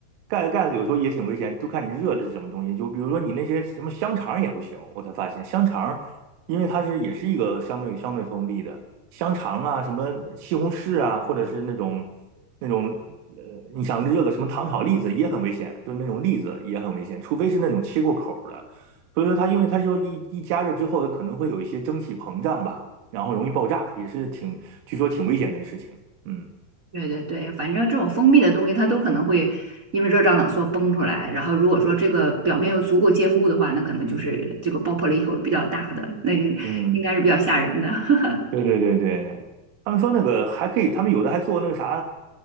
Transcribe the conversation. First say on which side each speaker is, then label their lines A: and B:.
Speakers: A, on the right; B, on the right.
A: 盖个盖子有时候也挺危险，就看你热的是什么东西。就比如说你那些什么香肠也不行，我才发现香肠，因为它是也是一个相对相对封闭的香肠啊，什么西红柿啊，或者是那种那种呃，你想热个什么糖炒栗子也很危险，就是那种栗子也很危险，除非是那种切过口儿的。所以说它因为它说一一加热之后可能会有一些蒸汽膨胀吧。然后容易爆炸，也是挺，据说挺危险的一个事情。嗯
B: 对对对，反正这种封闭的东西它都可能会因为热胀冷缩崩出来，然后如果说这个表面又足够坚固的话，那可能就是这个爆破力会比较大的，那
A: 嗯，
B: 应该是比较吓人的。<laughs>
A: 对对对对，他们说那个还可以，他们有的还做那个啥，